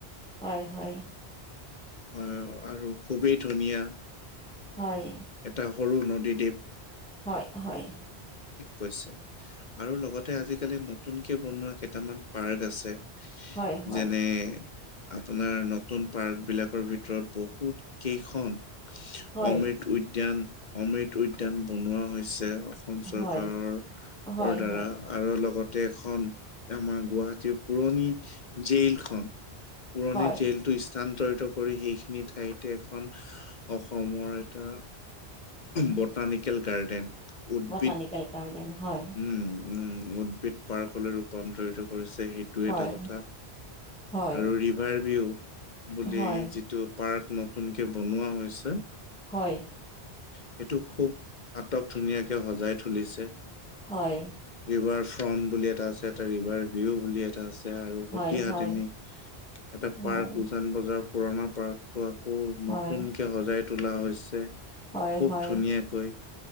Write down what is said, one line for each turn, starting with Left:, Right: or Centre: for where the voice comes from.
Centre: হয়, হয়।
Left: হয়, আৰু খুবেই ধুনীয়া।
Centre: হয়।
Left: এটা সৰু নদীদ্বীপ।
Centre: হয়, হয়।
Left: হৈছে আৰু লগতে আজিকালি নতুনকে বনোৱা কেইটামান পাৰ্ক আছে।
Centre: হয় হয়
Left: যেনে আপোনাৰ নতুন পাৰ্ক বিলাক অসমৰ ভিতৰত বহুত কেইখন
Centre: হয়
Left: অমৃত উদ্যান। অমৃত উদ্যান বনোৱা হৈছে। অসম চৰকাৰৰ
Centre: হয় হয়
Left: দ্বাৰা
Centre: হয়
Left: আৰু লগত। দেশখন আমাৰ গুৱাহাটীৰ পুৰণি। জেইলখনন পুৰণি
Centre: হয়
Left: জেইল টো স্থানান্তৰিত। কৰি সেইখিনি ঠাইতে এখন অসমৰ এটা। বটানিকেল গাৰ্ডেন, উদ্ভিদ
Centre: বটানিকেল গাৰ্ডেন হয়
Left: উম উম, উদ্ভিদ পাৰ্কলৈ ৰূপান্তৰিত কৰিছে। সিটো
Centre: হয়
Left: এটা কথা,
Centre: হয়
Left: আৰু ৰিভাৰ ভিউ বুলি
Centre: হয়
Left: যিটো পাৰ্ক নতুনকে বনোৱা হৈছে
Centre: হয়
Left: সেইটো খুব আটক ধুনীয়াকে সজাঁই তুলিছে,
Centre: হয়
Left: ৰিভাৰ ফ ফ্ৰণ্ট বুলি এটা আছে, এটা ৰিভাৰ ভিউ বুলি এটা আছে। এয়া আৰু সতিসাধিনি,
Centre: হয় হয়
Left: এটা
Centre: হয়
Left: পাৰ্ক উজান বজাৰৰ পুৰণা পাৰ্ক টো আকৌ
Centre: হয়,
Left: নতুনকে সজাই তোলা হৈছে খুব
Centre: হয়, হয়,
Left: ধুনীয়াকৈ।